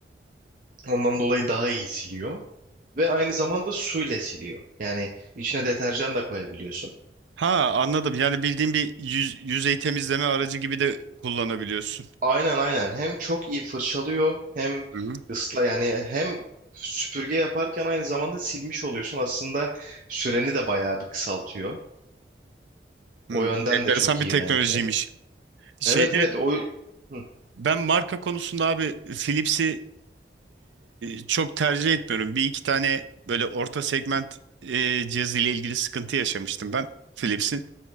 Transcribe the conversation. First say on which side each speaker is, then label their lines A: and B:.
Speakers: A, on the right; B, on the right.
A: Ondan dolayı daha iyi siliyor. Ve aynı zamanda suyla siliyor. Yani içine deterjan da koyabiliyorsun.
B: Ha anladım. Yani bildiğin bir yüz, yüzey temizleme aracı gibi de kullanabiliyorsun.
A: Aynen aynen. Hem çok iyi fırçalıyor hem
B: Hı-hı.
A: ısla yani hem süpürge yaparken aynı zamanda silmiş oluyorsun. Aslında süreni de bayağı bir kısaltıyor.
B: Hı.
A: O
B: Hı,
A: yönden
B: Enteresan
A: de çok
B: bir
A: iyi
B: teknolojiymiş.
A: bence.
B: Şeyde
A: Evet evet o Hı.
B: ben marka konusunda abi Philips'i e, çok tercih etmiyorum. Bir iki tane böyle orta segment e, cihazı ile ilgili sıkıntı yaşamıştım ben Philips'in.